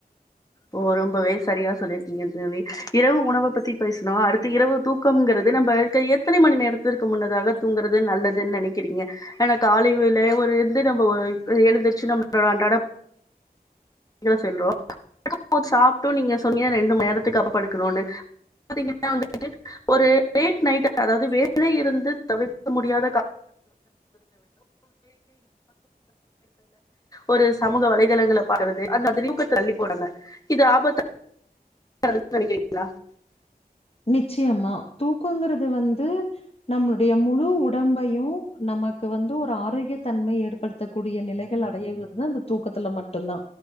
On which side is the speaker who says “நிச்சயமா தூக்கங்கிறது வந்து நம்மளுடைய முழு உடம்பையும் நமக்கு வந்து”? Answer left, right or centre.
Left